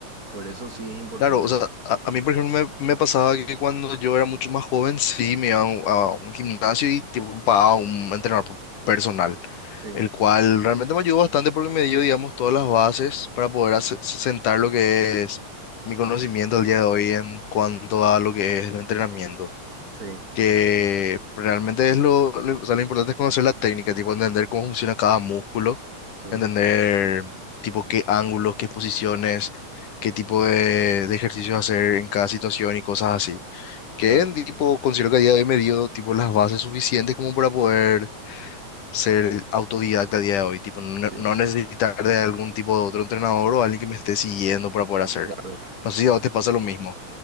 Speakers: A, on the right; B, on the left.
A: Por eso sí es importante,
B: Claro, o sea,
A: ¿verdad?
B: a, a mí, por ejemplo, me, me pasaba que cuando yo era mucho más joven, sí, me iba a un, a un gimnasio y tipo, pagaba un entrenador p- personal,
A: Sí,
B: el cual realmente me ayudó bastante porque me dio, digamos, todas las bases para poder hace- sentar lo que es mi conocimiento al día de hoy en cuanto a lo que es el entrenamiento.
A: sí,
B: que realmente es lo, lo- o sea, lo importante es conocer la técnica, tipo entender cómo funciona cada músculo,
A: sí,
B: entender tipo qué ángulos, qué posiciones, qué tipo de, de ejercicios hacer en cada situación y cosas así. Que
A: claro,
B: en tipo considero que a día de hoy me dio tipo las bases suficientes como para poder ser autodidacta a día de hoy, tipo no,
A: sí,
B: no necesitar de algún tipo de otro entrenador o alguien que me esté siguiendo para poder hacer.
A: claro.
B: No sé si a vos te pasa lo mismo.